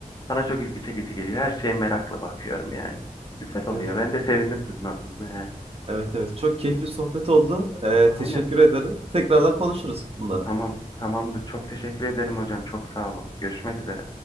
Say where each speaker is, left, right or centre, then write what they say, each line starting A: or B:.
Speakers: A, on the left; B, on the right.
A: bana çok ilgi çekici geliyor. Her şeye merakla bakıyorum yani. Güzel oluyor.
B: Evet evet.
A: Ben de sevindim sizin adınıza yani.
B: Evet evet çok keyifli sohbet oldu. E, teşekkür
A: Aynen.
B: ederim. Tekrardan konuşuruz bunları.
A: Tamam. Tamamdır. Çok teşekkür ederim hocam. Çok sağ olun. Görüşmek üzere.